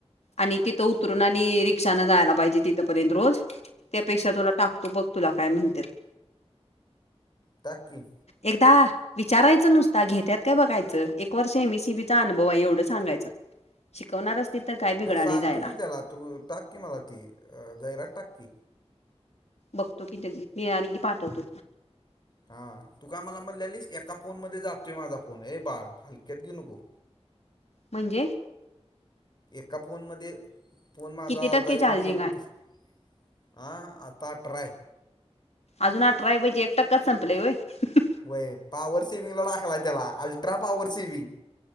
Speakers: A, on the left; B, on the left.
A: आणि तिथं उतरून आणि रिक्षान जायला पाहिजे तिथंपर्यंत रोज. त्यापेक्षा तुला टाकतो बघ तुला काय म्हणत्यात.
B: टाक की.
A: एकदा विचारायचं नुसतां घेत्यात काय बघाय च एक वर्ष एमसीबी चा अनुभव आहे एवढं सांगायचं, शिकवणार असतील तर काय बिघडाल
B: नाही सांगतो
A: जायला.
B: की मी त्याला तू टाक. की मला ती अ जाहिरात टाक की.
A: बघतो कि त मी आणि की पाठवतो.
B: हा तू काय मला म्हणल्यालिस एका फोन मध्ये जातोय माझा फोन, ए बाळ हलक्यात घेऊ नको.
A: म्हणजे?
B: एका फोनमध्ये फोन माझा
A: किती टक्के
B: जाईल
A: चार्जिंग
B: म्हनली नव्हतीस.
A: आहे
B: आ आता ट्राय.
A: अजून अठरा एवजी पाहिजे एक टक्काच संपलाय व्हयं.
B: व्हयं पॉवर सेव्हिंगला टाकलाय त्याला अल्ट्रा पॉवर सेव्हीग.